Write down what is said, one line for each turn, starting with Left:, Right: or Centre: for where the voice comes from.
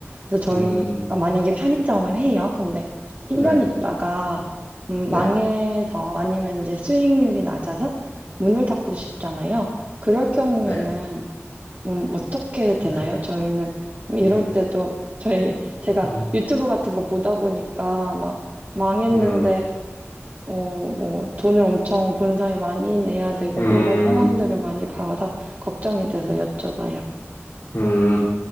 Right: 그래서 저희가
Left: 음,
Right: 만약에 편의점을 해요. 근데 1년
Left: 네,
Right: 있다가 음,
Left: 네,
Right: 망해서 아니면 이제 수익률이 낮아서 문을 닫고 싶잖아요. 그럴 경우에는
Left: 네,
Right: 음, 어떻게 되나요?
Left: 네,
Right: 저희는 좀 이럴
Left: 음,
Right: 때도 저희 <laughs> 제가
Left: 음,
Right: 유튜브 같은 거 보다 보니까 막 망했는데
Left: 음,
Right: 어, 뭐 돈을 엄청 본사에 많이 내야 되고
Left: 음,
Right: 막 이런 상황들을 많이 봐서 걱정이 돼서 여쭤봐요.
Left: 음.